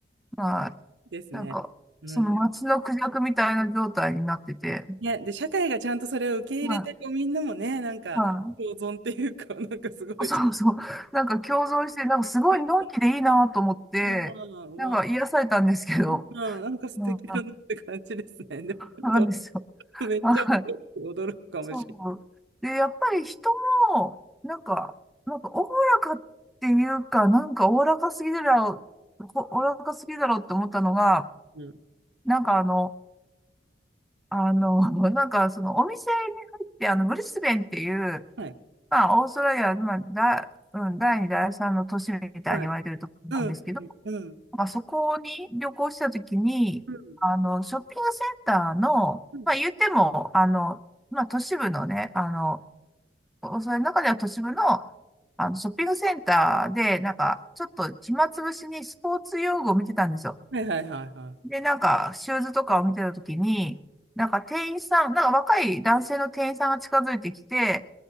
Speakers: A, in the centre; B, on the right.
A: は
B: ですね。
A: い、なんか、
B: うん。
A: その街のクジャクみたいな状態になってて、
B: ね、で、社会がちゃんとそれを受け入れて、
A: はい。
B: こうみんなもね、なんか、
A: はい
B: 共存っていうか、なんかすごいちゃんと
A: そうそう。なんか共存して、なんかすごいのんきでいいなと思って、
B: ね、うん、
A: なんか癒されたんですけど、
B: うわうんなんか素敵だなって感じですね。
A: うん、
B: でも、
A: なんですよ。
B: そうめっちゃ
A: はい。
B: 驚くかもしれ
A: そう。で、やっぱり人も、なんか、なんかおおらかっていうか、なんかおおらかすぎるだろう、ほおおらかすぎだろうって思ったのが、
B: ない。うん
A: なんかあの、あの、なんかそのお店に入って、あの、ブリスベンっていう、
B: はい
A: まあ、オーストラリア、まあ、だ、うん、第2、第3の都市みたいに言われてるところなんですけど、
B: はい。うん、うん、うん、
A: まあそこに旅行したときに、
B: うん。
A: あの、ショッピングセンターの、
B: うん
A: まあ言っても、あの、まあ都市部のね、あの、それの中では都市部の、あの、ショッピングセンターで、なんか、ちょっと暇つぶしにスポーツ用具を見てたんですよ。
B: はいはいはいは
A: で、なんか、シューズとかを見てたときに、なんか店員さん、なんか若い男性の店員さんが近づいてきて、